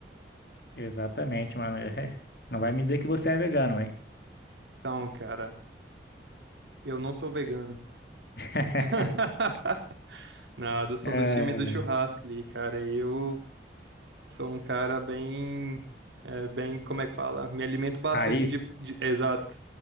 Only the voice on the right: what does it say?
Então, cara, eu não sou vegano.
<laughs> Nada, eu sou
do time do churrasco ali, cara. Eu sou um cara bem, é, bem, como é que fala? Me alimento bastante
de, de- exato.